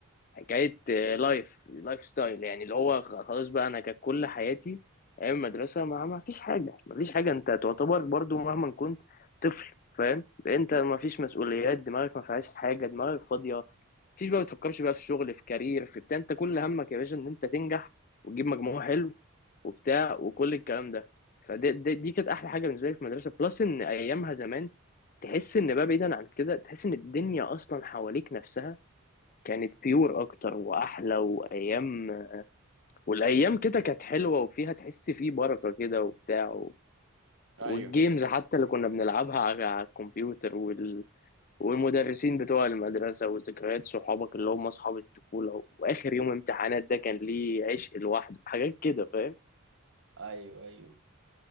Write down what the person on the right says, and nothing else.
ايوه
ايوه ايوه